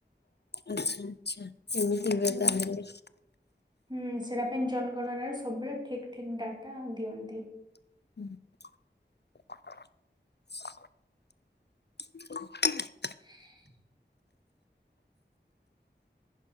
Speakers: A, on the left; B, on the right.
A: ଆଚ୍ଛା ଆଚ୍ଛା ଏମିତି ହୁଏ
B: ହୁଁ
A: ତାହେଲେ।
B: ହୁଁ ସେଟା ପାଇଁ ଜନଗଣନାର ସବୁ ବେଳେ ଠିକ୍ ଠିକ୍ ଡାଟା ଦିଅନ୍ତି।
A: <inaudible> <inaudible>
B: <inaudible>